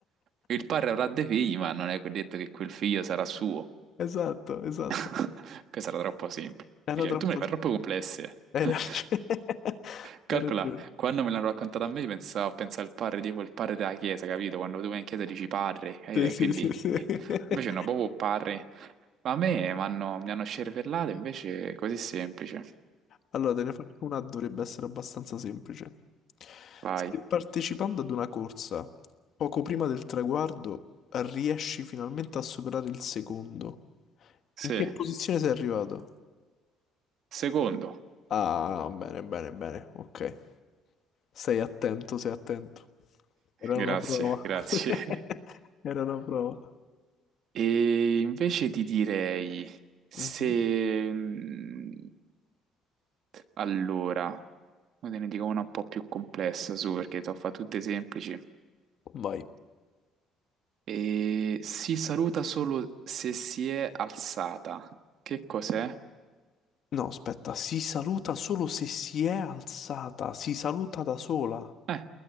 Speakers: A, on the right; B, on the left.
A: Il padre avrà dei figli, ma non è detto che quel figlio sarà suo.
B: Esatto, esatto.
A: <laughs> Questa era troppo semplice.
B: Era troppo...
A: Tu me le fai troppo complesse.
B: Hai
A: <laughs>
B: ragione. <laughs>
A: Calcola,
B: Hai ragione.
A: quando me l'hanno raccontata a me, pensavo, pensa al padre, tipo il padre della chiesa, capito? Quando tu vai in chiesa dici padre, capito?
B: Sì,
A: E
B: sì,
A: Quindi
B: sì, sì. <laughs>
A: invece no, proprio padre. Ma a me m'hanno- mi hanno scervellato, invece è così semplice.
B: Allora, te ne faccio una, dovrebbe essere abbastanza semplice.
A: Vai.
B: Se partecipando ad una corsa, poco prima del traguardo, riesci finalmente a superare il secondo,
A: Sì.
B: in che posizione sei arrivato?
A: Secondo.
B: Ah, bene, bene, bene, ok. Sei attento, sei attento. Era
A: Grazie,
B: una prova.
A: grazie.
B: <laughs> Era una prova.
A: E invece ti direi se...
B: Mhm.
A: mm, Allora, ora te ne dico una un po' più complessa, su, perché te ho fatto tutte semplici.
B: Vai.
A: E si saluta solo se si è alzata. Che cos'è?
B: No, aspetta, si saluta solo se si è alzata, si saluta da sola, a
A: Eh,